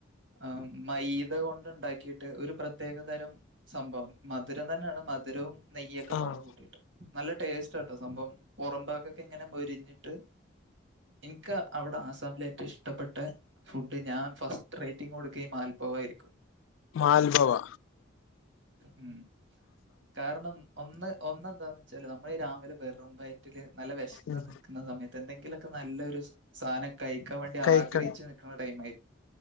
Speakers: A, on the right; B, on the left.
A: ആ മയ്ദ കൊണ്ട് ഉണ്ടാക്കിയിട്ട് ഒരു പ്രത്യേക തരം സംഭവം മധുരം തന്നെയാണ് മധുരവും നെയ്യൊക്കെ
B: ആഹ്
A: പാടം കൂട്ടിയിട്ട് നല്ല ടേസ്റ്റ് കേ സംവാഭം പുറമ്പാഗൊക്കെ ഇങ്ങനെ മോരിഞ്ഞിട്ട് എനിക്ക് അവിടെ ആസാമിലെ ഏറ്റവും ഇഷ്ടപ്പെട്ട ഫുഡ് ഞാൻ ഫസ്റ്റ് റേറ്റിംങ് കൊടുക്കുക മൽപവയിരിക്കും
B: മൽപാവ
A: ഉം കാരണം ഒന്ന് ഒന്ന് എന്താന്ന് വെച്ചാല് നമ്മള രാവിലെ വെറും വൈറ്റിൽ നല്ല വിശന്ന്
B: ഉം
A: നിൽക്കുന്ന സമയത്ത് എന്തെങ്കിലുമൊക്കെ നല്ലൊരു സാധനം കഴിക്കാൻ വേണ്ടി
B: കഴിക്ക
A: ആഗ്രഹിച്ചു നിക്കുന്ന ടൈമായിരിക്കും